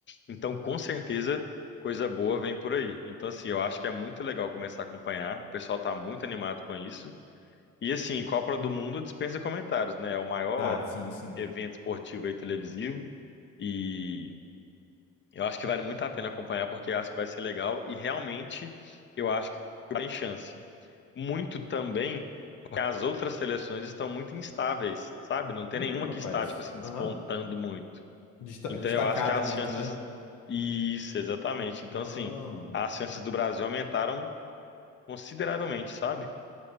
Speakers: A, on the left (about 40°); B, on the left (about 85°).
A: então com certeza coisa boa vem por aí. Então, assim, eu acho que é muito legal começar a acompanhar, o pessoal tá muito animado com isso. E, assim, Copa do Mundo dispensa comentários, né? É o maior
B: Ah, sim, sim.
A: evento esportivo e televisivo, e eu acho que vale muito a pena acompanhar, porque eu acho que vai ser legal e realmente eu acho que tem chance muito também que as outras seleções estão muito instáveis, sabe? Não tem
B: Ih,
A: nenhuma
B: rapaz.
A: que está, tipo assim, despontando
B: Aham.
A: muito.
B: Desta-
A: Então
B: Destacada
A: eu acho que as
B: muito,
A: chances.
B: né?
A: Isso, exatamente. Então,
B: Ah.
A: assim, as chances do Brasil aumentaram consideravelmente, sabe?